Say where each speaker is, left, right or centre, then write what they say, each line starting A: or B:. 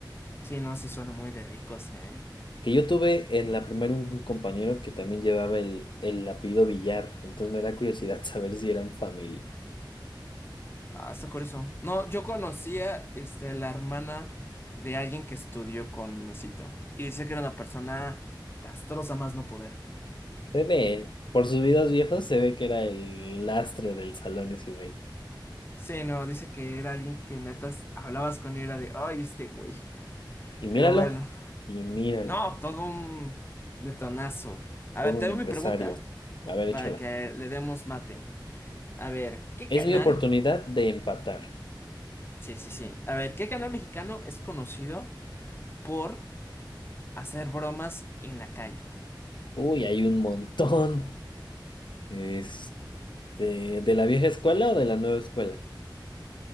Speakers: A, on the left (about 30°); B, on the left (about 75°).
A: Sí, no, sí suena muy de ricos, ¿eh?
B: Que yo tuve en la primaria un compañero que también llevaba el, el apellido Villar. Entonces me da curiosidad <laughs> saber si eran familia.
A: Ah, está curioso. No, yo conocía este, la hermana de alguien que estudió con Luisito. Y decía que era una persona castrosa más no poder.
B: Se ve, por sus videos viejos se ve que era el lastre del salón ese güey.
A: Sí, no, dice que era alguien que netas hablabas con y era de, ay, este güey.
B: Y
A: Pero
B: míralo,
A: bueno,
B: y míralo.
A: no, todo un detonazo. A
B: Todo
A: ver, te
B: un
A: doy
B: empresario.
A: mi pregunta
B: A ver,
A: para
B: échala.
A: que le demos mate. A ver, ¿qué
B: Es
A: canal?
B: mi oportunidad de empatar.
A: Sí, sí, sí. A ver, ¿qué canal mexicano es conocido por hacer bromas en la calle?
B: Uy, hay un montón. Este, ¿de la vieja escuela o de la nueva escuela?